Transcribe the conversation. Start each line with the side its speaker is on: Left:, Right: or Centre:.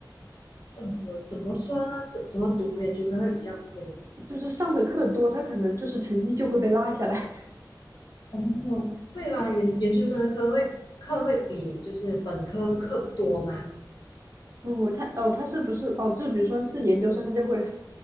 Left: 嗯，我怎么说呢？怎怎么读研究生会比较亏呢？
Right: 就是上的课多，他可能就是成绩就会被拉下来。
Left: 哦，会吧，研研究生的课会课会比就是本科的课多吗？
Right: <laughs> 不不，他哦，他是不是哦？就比如说是研究生，他就会